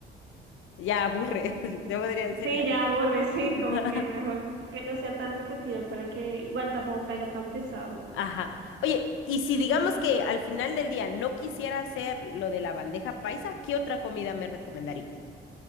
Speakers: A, on the left; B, on the right.
A: Ya aburre, <laughs> yo podría decir
B: Sí,
A: no.
B: ya aburre, <laughs> sí,
A: <laughs>
B: como que mejor que no sea tan repetido para que igual tampoco caiga tan pesado.
A: Ajá. Oye, y si digamos
B: Mm.
A: que al final del día no quisiera hacer lo de la bandeja paisa, ¿qué otra comida me recomendarías?